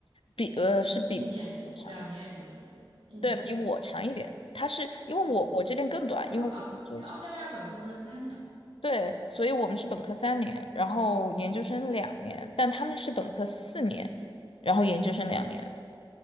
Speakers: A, on the left; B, on the right.
A: 比呃是比我长一点，
B: 一年、两年研究生，一年的研究生。
A: 对比我长一点，他是因为我我这边更短，
B: 嗯，因为澳啊，
A: 因为我们是
B: 因为澳大利亚本科不是三年吗？
A: 对，所以我们是本科三年，然后研究生两年，但他们是本科四年，然后研究生两年。